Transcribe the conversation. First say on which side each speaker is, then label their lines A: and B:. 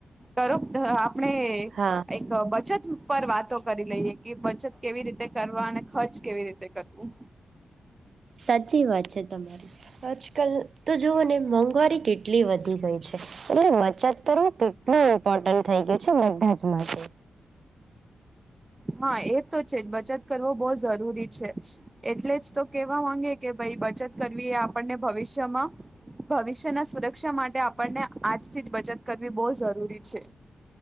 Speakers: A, on the right; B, on the right.
A: કરો આપણે
B: હા
A: એક બચત ઉપર વાતો કરી લઈએ કે બચત કેવી રીતે કરવા અને ખર્ચ કેવી રીતે કરવું
B: સાચી વાત છે, તમારી આજકાલ તો જોુવ ને મોંઘવારી કેટલી વધી ગઈ છે અને બચત કરવું કેટલું ઇમ્પોર્ટન્ટ થઈ ગયું છે બધાજ માટે
A: હા એ તો છે, જ બચત કરવો બહુ જરૂરી છે એટલે જ તો કેવા માંગે કે ભાઈ બચત કરવી એ આપણને ભવિષ્યમાં ભવિષ્યના સુરક્ષા માટે આપણને આજથી જ બચત કરવી બહુ જરૂરી છે